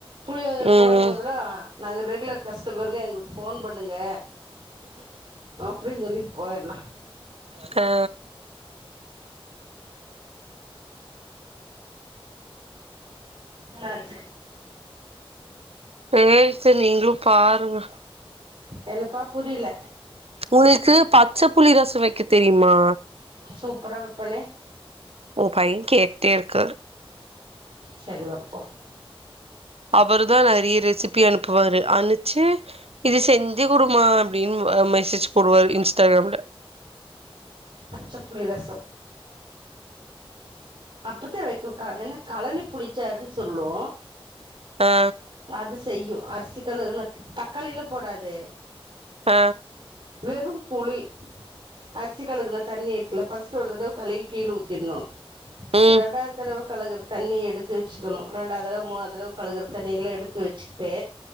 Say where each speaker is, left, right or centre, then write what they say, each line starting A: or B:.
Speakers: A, on the right (about 55°); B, on the right (about 80°).
A: புளியோதர
B: ம்
A: போடு போதுல்லா நாங்க ரெகுலர் கஷ்டமர்க எங்ளுக் போன் பண்ணுங்க அப்டின் சொல்லிட்டு போயர்லா
B: கா
A: அ செரி
B: சேரி சேரி நீங்ளு பாருங்க.
A: எழுப்பா புரில
B: உங்ளுக்கு பச்ச புளி ரசொ வக்க தெரியுமா.
A: சூப்ரா வப்பனே.
B: உங்க பையே கேட்டேருக்காரு.
A: செரி வப்போ.
B: அவரு தா நெறையா ரெசிபி அனுப்புவாரு அனுப் ச்சு இது செஞ்சு குடுமா அப்டிம்ப மெசேஜ் போடுவாரு இன்ஸ்டாகிராம்ல
A: பச்சப்புளி ரசோ அப்பத்தா வக்கு என்ன களனி புளிச்சாருன்னு சொல்லுவோ.
B: ஆ
A: அது செய்யு அரிசி கலர்ன்னு தக்காளில்லா போடாது.
B: ஆ
A: வெறும் புளி அரிசி கழுகுன்னா தண்ணி இருக்குல ஃபர்ஸ்ட்டு ஒரு தடவ கழுவி கீழ ஊத்திர்ணு.
B: ம்
A: ரெண்டாது தடவ கழக ரு தண்ணி எடுத்து வச்சுக்கணு ரெண்டாவதடவ மூணா தடவ கழுகுற தண்ணியெல்லா எடுத்து வச்சுக்கிட்டு